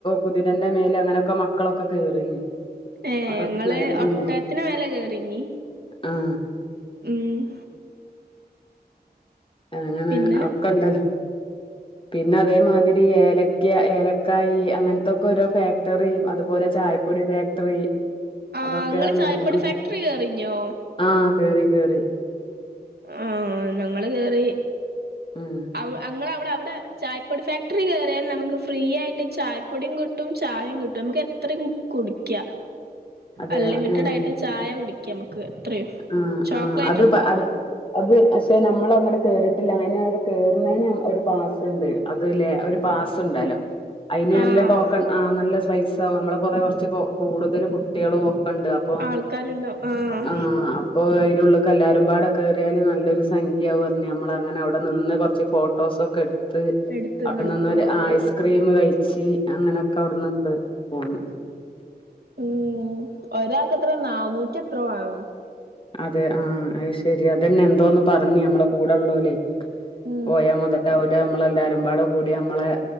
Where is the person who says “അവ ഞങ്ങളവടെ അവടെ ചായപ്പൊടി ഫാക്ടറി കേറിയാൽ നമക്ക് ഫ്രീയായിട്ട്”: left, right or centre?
Right